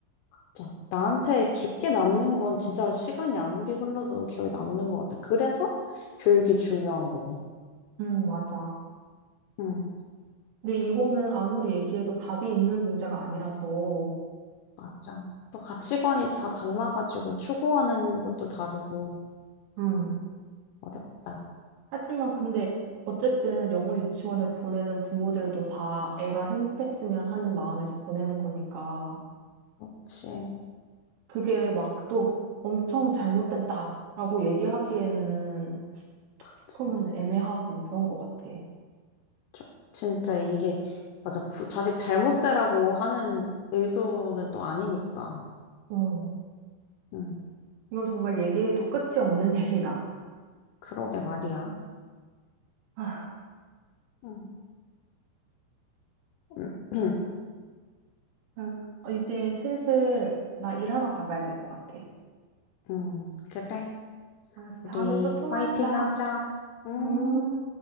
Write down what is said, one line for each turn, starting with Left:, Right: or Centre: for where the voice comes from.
Left: 진짜. 나한테 깊게 남는 건 진짜 시간이 아무리 흘러도 기억에 남는 것 같아. 그래서 교육이 중요한 거고.
Right: 응, 맞아.
Left: 응,
Right: 근데 이거는 아무리 얘기해도 답이 있는 문제가 아니라서.
Left: 맞아. 또 가치관이 다 달라가지고 추구하는 것도 다르고
Right: 응,
Left: 어렵다.
Right: 하지만 근데 어쨌든 영어 유치원에 보내는 부모들도 다 애가 행복했으면 하는 마음에서 보내는 거니까
Left: 그렇지.
Right: 그게 막 또 엄청 잘못됐다라고 얘기하기에는
Left: 그렇지.
Right: 그러면 애매하고 그런 것 같아.
Left: 저- 진짜 이게 맞아 부- 자식 잘못되라고 하는 의도는 또 아니니까.
Right: 어,
Left: 음,
Right: 이건 정말 얘기해도 끝이 없는 <laughs> 얘기다.
Left: 그러게 말이야.
Right: 아,
Left: 음, 음,
Right: 그래서
Left: <clears throat>
Right: 그냥 어, 이제 슬슬 나 일하러 가봐야 될 것 같아.
Left: 음, 그래.
Right: 알았어,
Left: 우리
Right: 다음에 또 통화하자.
Left: 화이팅 하자. 음.
Right: 음.